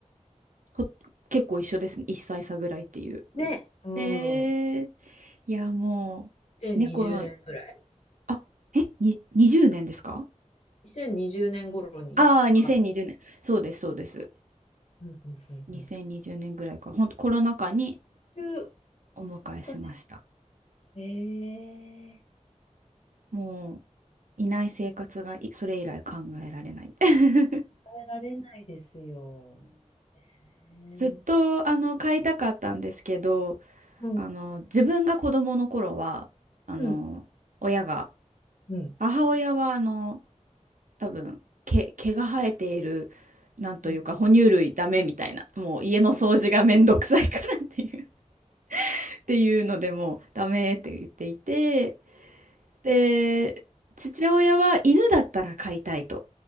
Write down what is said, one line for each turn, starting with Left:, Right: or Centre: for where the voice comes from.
Right: ほ結構一緒ですね1歳差ぐらいっていう
Left: ね、うん。
Right: えー、いやもう猫の
Left: じゃあ、2020年ぐらい
Right: あえに20年ですか
Left: ?2020 年頃に買った。
Right: ああー2020年そうですそうです
Left: うんうんうん
Right: 2020年ぐらいから、ほんとコロナ禍に
Left: うん。いう
Right: お迎えしました。
Left: ことでええ、
Right: もう、いない生活がいそれ以来考えられない。<laughs>
Left: 変えられないですよ。ねえ
Right: ずっとあの買いたかったんですけど
Left: うん。
Right: あの自分が子どもの頃はあの親が
Left: うんうん。
Right: 母親はあの多分毛、毛が生えているなんというか哺乳類ダメみたいなもう家の掃除がめんどくさいからっていう
Left: うん。
Right: <laughs> っていうのでもうダメって言っていてで、父親は犬だったら飼いたいと